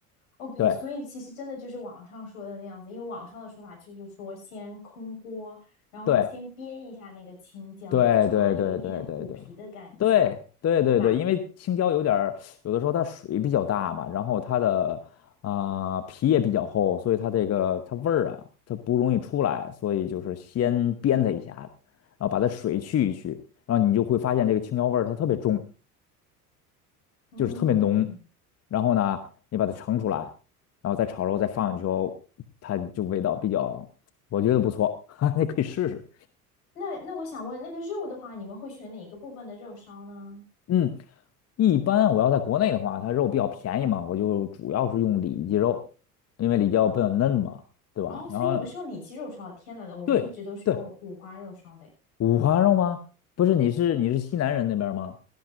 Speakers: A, on the left; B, on the left.
A: ，OK，
B: 对
A: 所以其实真的就是网上说的那样子，因为网上的说法就是说先空锅，然后先煸一下那个青椒，
B: 对，对对对对对对
A: 就相当于有一点点虎皮的感觉，
B: 对对对对，
A: 对吧？
B: 因为青椒有点儿，有的时候它水比较大嘛，然后它的啊、皮也比较厚，所以它这个它味儿啊，它不容易出来，所以就是先煸它一下然后把它水去一去，然后你就会发现这个青椒味儿它特别重，
A: 嗯。
B: 就是特别浓。然后呢，你把它盛出来，然后再炒肉再放进去后它就味道比较，我觉得不错，<laughs> 哈，你可以试试。
A: 那那我想问，那个肉的话，你们会选哪一个部分的肉烧呢？
B: 嗯，一般我要在国内的话，它肉比较便宜嘛，我就主要是用里脊肉，因为里脊肉比较嫩嘛，对吧？
A: 哦，所以你们是用里脊肉烧的。
B: 然后
A: 天呐，我们一直都是用五花肉烧的诶
B: 对对，五花肉吗？不是，你是你是西南人那边儿吗？